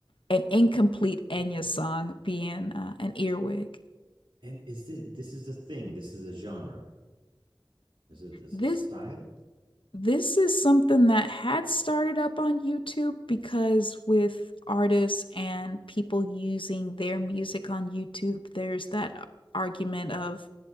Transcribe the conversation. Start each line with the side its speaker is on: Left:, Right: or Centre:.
Left: an incomplete Enya song being uh, an earwig.
Right: And is this this is a thing? This is a genre. Is it? This
Left: This
Right: a style?
Left: This is something that had started up on YouTube because with artists and people using their music on YouTube, there's that argument of,